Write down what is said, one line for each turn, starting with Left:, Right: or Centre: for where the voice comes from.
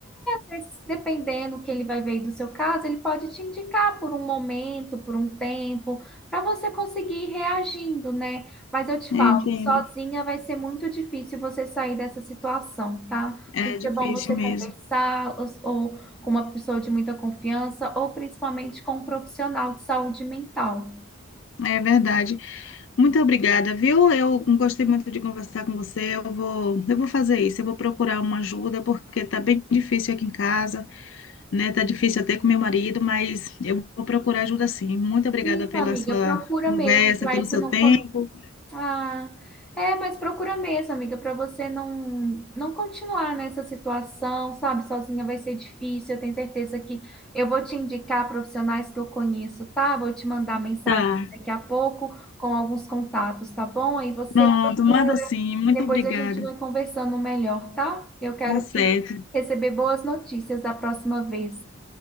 Centre: Mas, Dependendo que ele vai ver aí do seu caso, ele pode te indicar por um momento, por um tempo, para você conseguir ir reagindo, né? Mas eu te
Left: Eu
Centre: falo,
Left: entendo.
Centre: sozinha vai ser muito difícil você sair dessa situação, tá?
Left: É
Centre: Por isso
Left: difícil
Centre: é bom você conversar
Left: mesmo,
Centre: ou, ou com uma pessoa de muita confiança, ou principalmente com um profissional de saúde mental.
Left: é verdade. Muito obrigada, viu? Eu gostei muito de conversar com você. Eu vou, eu vou fazer isso. Eu vou procurar uma ajuda porque tá bem difícil aqui em casa, né? Tá difícil até com meu marido, mas eu vou procurar ajuda sim. Muito obrigada
Centre: Isso,
Left: pela
Centre: amiga,
Left: sua
Centre: procura
Left: conversa,
Centre: mesmo, para
Left: pelo
Centre: isso
Left: seu
Centre: não,
Left: tempo.
Centre: Ah, é, mas procura mesmo, amiga, para você não não continuar nessa situação, sabe? Sozinha vai ser difícil. Eu tenho certeza que eu vou te indicar profissionais que eu conheço, tá? Vou te mandar mensagem
Left: Tá.
Centre: daqui a pouco com alguns contatos, tá bom? Aí você
Left: Pronto,
Centre: procura,
Left: manda sim. Muito
Centre: depois
Left: obrigada.
Centre: a gente vai conversando melhor, tá? Eu quero
Left: Tá certo.
Centre: que receber boas notícias da próxima vez.